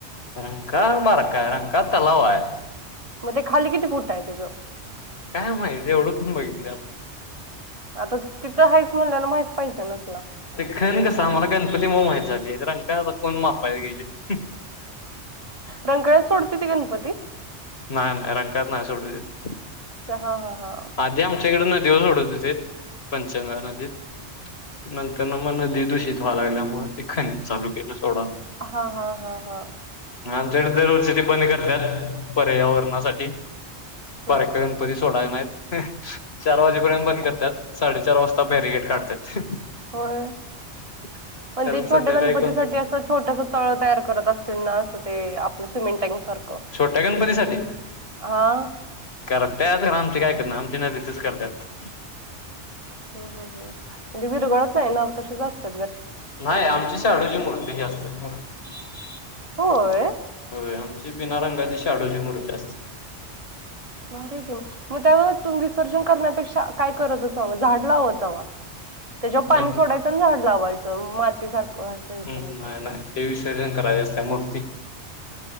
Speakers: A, on the left (about 65°); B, on the right (about 30°).
A: रंका बार काय रंगका तलाव आहे
B: मग ते खाली किती फुट आहे त्याचं
A: काय माहिती एवढं पण बघितलं
B: आता तू तिथं आहेच म्हणल्या ना माहित पाहिजे ना तुला
A: खन कसा आमला गणपती मुळे माहितझाले तर अका कोण मापाया गेले हु
B: रंकळत सोडते ते गणपती
A: नाही करंकात नाही सोडू देत
B: हा हा हा
A: आधी आमच्याकड़े नदीवर सोडत हो ते पंचगन नदीत नंतर ना प्रदूषण व्हा लागल्यामुळे ते खणित चालू केलं सोडा
B: हा हा हा हा
A: आमच्या कड़े दर वर्षी ते बंद करतात पर्य वरणासाठी
B: हम्म
A: बारकया गणपती सोडायला नाहीत चार वाजेपर्यंत
B: हम्म हम्म
A: बंद
B: हम्म.
A: करतात साडेच चार वाजता बॅरिगेट काढतात
B: होय
A: <unintelligible>
B: पण ते
A: संध्याकाळी
B: छोट्या गणपतीसाठी
A: कोण
B: असं छोटस तळ तयार करत असतील ना ते आपलं सिमेंट टँक सारखं.
A: छोट्या गणपतीसाठी
B: हां
A: करतायत आमचे काय कर आमची नदितच करतात
B: हं हं हं म्हणजे विरघळत नाही ना आम्ही तसेस अस्त
A: नाही आमची शआडूची मूर्ती ती असते मूर्ती
B: होय
A: आमची बिना रंगाची शाडूची मूर्ती असते
B: मर की मग त्यावर तुम्ही विसर्जन करण्यापेक्षा काय कराय झाड लावत जावा त्याच्यावर पाणी
A: आणि
B: सोडायचं झाड लावायचं माती सारखं असं हे करायचं.
A: हम् नाही नाही ते विसर्जन करायच्या असत्या मूर्ती